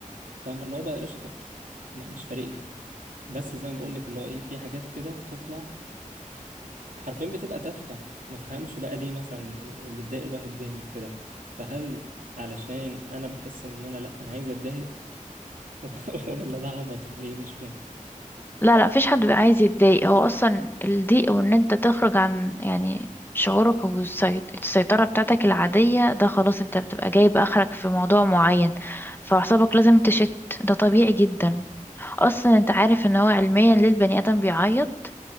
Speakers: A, on the right (about 80°); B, on the left (about 15°).
A: فاهمة اللي هو بقى قشطة ما- مش فارق لي بس زي ما بقول لك اللي هو ايه في حاجات كده بتطلع حرفيا بتبقى تافهة ما فهمش بقى ليه مثلا بتضايق الواحد جامد كده فهل علشان انا بحس ان انا لا انا عايز اتضايق <laughs> ولا ده عبط ولا ايه مش فاهم
B: لا لا مفيش حد بيبقى عايز يتضايق هو اصلا الضيق وان انت تخرج عن يعني شعورك والسيطرة بتاعتك العادية ده خلاص انت بتبقى جايب اخرك في موضوع معين فاعصابك لازم تشت ده طبيعي جدا اصلا انت عارف ان هو علميا ليه البني ادم بيعيط